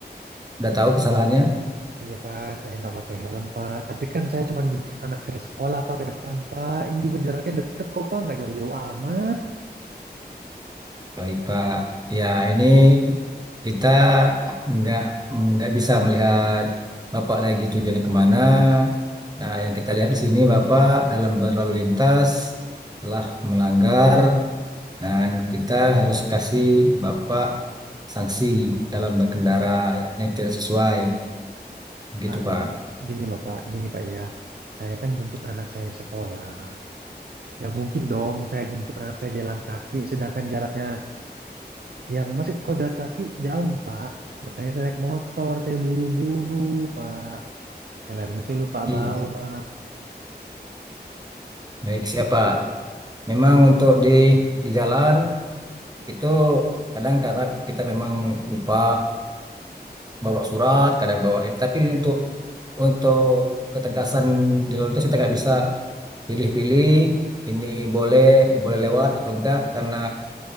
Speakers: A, on the right; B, on the right.
A: udah tahu kesalahannya?
B: Iya, Pak. Saya nggak pakai helm, Pak. Tapi kan saya cuma jemput anak saya sekolah, Pak, ke depan, Pak. Ini juga jaraknya deket kok, Pak. Nggak jauh-jauh amat.
A: Baik Pak. Ya ini kita nggak nggak bisa melihat Bapak lagi tujuannya kemana. Nah, yang kita lihat di sini Bapak dalam berlalu lintas telah melanggar. Dan kita harus kasih Bapak sanksi dalam berkendara yang tidak sesuai. Gitu,
B: Pak,
A: Pak.
B: gini, gini loh, Pak. Gini, Pak, ya. Saya kan jemput anak saya sekolah. Nggak mungkin dong saya jemput anak saya jalan kaki, sedangkan jaraknya Yang masih kalau jalan kaki jauh, Pak. Makanya saya naik motor, saya buru-buru, Pak. Helmnya saya lupa
A: Iya.
B: bawa.
A: Baik, siapa? Memang untuk di di jalan itu kadang kata kita memang lupa bawa surat, kadang bawa ini. Tapi untuk untuk ketegasan di lalu lintas kita nggak bisa pilih-pilih ini boleh boleh lewat atau enggak karena